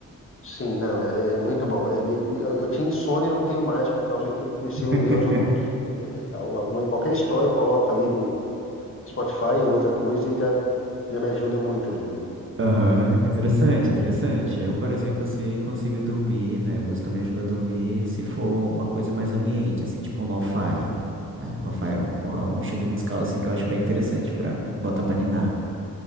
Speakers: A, on the left; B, on the right.
A: Sim, não, é, é muito bom. É be- eu eu tinha insônia e não tenho mais por causa que eu comecei a ouvir
B: <laughs>
A: audiobook. É, é, é, al- alguma, qualquer história eu coloco ali no Spotify ou outra coisa e já, já me ajuda muito a dormir.
B: Aham, interessante, interessante. Eu, por exemplo, se consigo dormir, né? Música me ajuda a dormir se for uma coisa mais ambiente, assim, tipo um lo-fi, né? Lo-fi é um, é um estilo
A: Uhum.
B: musical, assim, que eu acho bem interessante pra botar pra ninar,